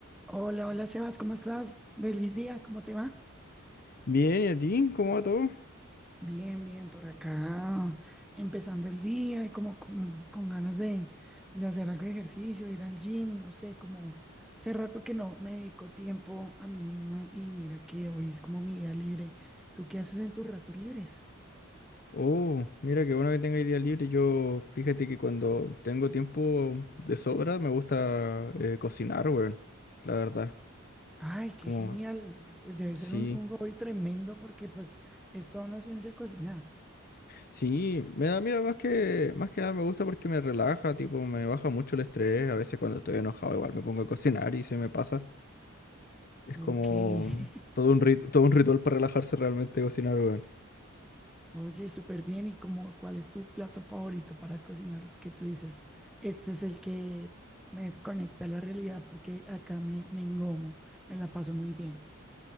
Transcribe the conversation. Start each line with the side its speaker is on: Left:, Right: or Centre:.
Centre: Hola, hola Sebas, ¿cómo estás? Feliz día, ¿cómo te va?
Left: Bien, ¿y a ti? ¿Cómo va todo?
Centre: Bien, bien, por acá, empezando el día y como con, con ganas de, de hacer algo de ejercicio, ir al gym, no sé, como hace rato que no me dedico tiempo a mí misma y mira que hoy es como mi día libre. ¿Tú qué haces en tus ratos libres?
Left: Oh, mira qué bueno que tenga día libre. Yo, fíjate que cuando tengo tiempo de sobra, me gusta eh, cocinar, weón. La verdad,
Centre: Ay, qué
Left: como,
Centre: genial, debe
Left: sí,
Centre: ser un, un hobby tremendo porque pues es toda una ciencia cocinar.
Left: sí, me da, mira, más que, más que nada me gusta porque me relaja, tipo, me baja mucho el estrés. A veces cuando estoy enojado, igual me pongo a cocinar y se me pasa. Es
Centre: Ok.
Left: como
Centre: <laughs>
Left: todo un rit- todo un ritual para relajarse realmente cocinar, weón.
Centre: Oye, súper bien. ¿Y cómo, cuál es tu plato favorito para cocinar? Que tú dices, este es el que me desconecta a la realidad porque acá me, me engomo, me la paso muy bien.